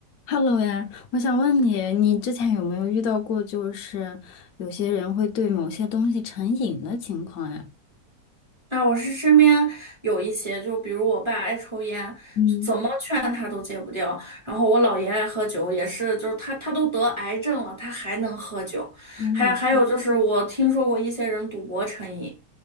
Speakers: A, on the left (about 65°); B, on the right (about 25°).
A: Hello 呀，我想问你，你之前有没有遇到过，就是有些人会对某些东西成瘾的情况呀？
B: 啊，我是身边有一些，就比如我爸爱抽烟，
A: 嗯，
B: 怎么劝他都戒不掉。然后我姥爷爱喝酒，也是，就是他他都得癌症了，他还能喝酒。
A: 嗯，
B: 还还有就是，我听说过一些人赌博成瘾